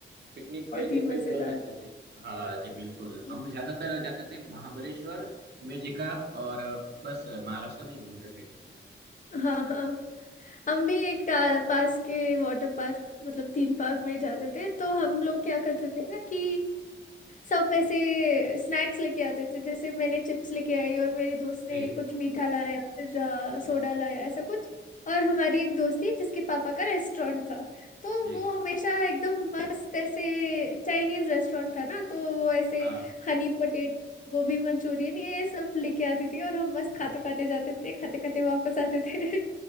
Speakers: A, on the right; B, on the left.
A: पिकनिक के
B: बहुत
A: दिन
B: ही
A: पे
B: मजेदार
A: भी बहुत अच्छा थे हाँ जी बिल्कुल
B: हम्म,
A: हम ज्यादातर जाते थे महाबलेश्वर इमेजिका और अ, बस महाराष्ट्र में ही घूमते थे ज्यादातर
B: हाँ हाँ हम भी एक का- पास के वाटर पार्क मतलब थीम पार्क में जाते थे तो
A: अच्छा
B: हम लोग क्या करते थे ना कि सब वैसे स्नैक्स लेके आते थे जैसे मैंने चिप्स लेके आई और मेरी दोस्त ने
A: जी
B: कुछ मीठा लाया फिर अ,
A: जी
B: सोडा लाया ऐसा कुछ और हमारी एक दोस्त थी जिसके पापा का रेस्टोरेंट था तो
A: जी
B: वो हमेशा एकदम मस्त ऐसे चाइनीज रेस्टोरेंट था ना तो वो ऐसे
A: हाँ
B: हनी पटेट गोभी मंचूरियन ये सब लेके आती थी और हम मस्त
A: <laughs>
B: खाते खाते जाते थे खाते खाते वापस आते थे <laughs>